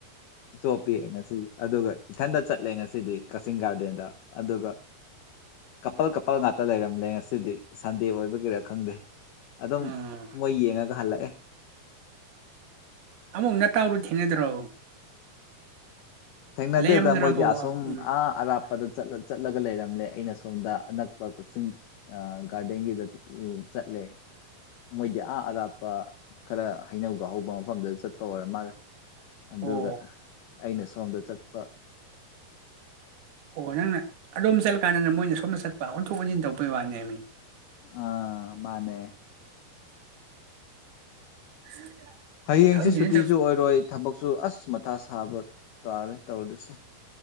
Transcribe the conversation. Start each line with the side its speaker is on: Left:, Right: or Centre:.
Left: ꯆꯣꯄꯤ ꯑꯩ ꯉꯁꯤ ꯑꯗꯨꯒ ꯏꯊꯟꯗ ꯆꯠꯂꯦ ꯉꯁꯤꯗꯤ ꯀꯛꯆꯤꯡ ꯒꯥꯔꯗꯦꯟꯗ ꯑꯗꯨꯒ ꯀꯄꯜ ꯀꯄꯜ ꯉꯥꯛꯇ ꯂꯩꯔꯝꯂꯦ ꯉꯁꯤꯗꯤ ꯁꯟꯗꯦ ꯑꯣꯏꯕꯒꯤꯔ ꯈꯪꯗꯦ ꯑꯗꯨꯝ
Right: ꯎꯝ
Left: ꯃꯣꯏ ꯌꯦꯡꯉꯒ ꯍꯜꯂꯛꯑꯦ
Right: ꯑꯃ ꯅꯠꯇꯥꯎꯗꯨ ꯊꯦꯡꯅꯗ꯭ꯔꯣ
Left: ꯊꯦꯡꯅꯗꯦꯗ
Right: ꯂꯩꯔꯝꯗ꯭ꯔꯕꯣ
Left: ꯃꯣꯏꯗꯤ ꯑꯁꯨꯝ
Right: ꯎꯝ
Left: ꯑ ꯑꯔꯥꯞꯄꯗ ꯆꯠꯂꯒ ꯂꯩꯔꯝꯂꯦ ꯑꯩꯅ ꯁꯣꯝꯗ ꯑꯅꯛꯄ ꯀꯛꯆꯤꯡ ꯒꯥꯔꯗꯦꯟꯒꯤꯗ ꯆꯠꯂ ꯂꯩ ꯃꯣꯏꯗꯤ ꯑꯥ ꯑꯔꯥꯞꯄ ꯈꯔ ꯍꯩꯅꯧꯒ ꯍꯧꯕ ꯃꯐꯝꯗꯨꯗ ꯆꯠꯄ ꯑꯣꯏꯔ ꯃꯥꯜꯂꯦ ꯑꯗꯨꯒ
Right: ꯑꯣ
Left: ꯑꯩꯅ ꯁꯣꯝꯗ ꯆꯠꯄ
Right: ꯑꯣ ꯅꯪꯅ ꯑꯗꯣꯝ ꯆꯠꯂꯀꯥꯟꯗ ꯃꯣꯏꯅ ꯁꯣꯝꯗ ꯆꯠꯄ ꯑꯣꯟꯊꯣꯛ ꯑꯣꯟꯁꯤꯟ ꯇꯧꯕꯩ ꯋꯥꯅꯦ ꯃꯤ
Left: ꯑꯥ ꯃꯥꯅꯦ
Right: <inaudible>
Left: ꯍꯌꯦꯡꯁꯦ
Right: ꯈꯪꯗꯦꯗ
Left: ꯁꯨꯇꯤꯁꯨ ꯑꯣꯏꯔꯣꯏ ꯊꯕꯛꯁꯨ ꯑꯁ ꯃꯊꯥ ꯁꯥꯕ ꯇꯥꯔꯦ ꯇꯧꯔꯤꯁꯦ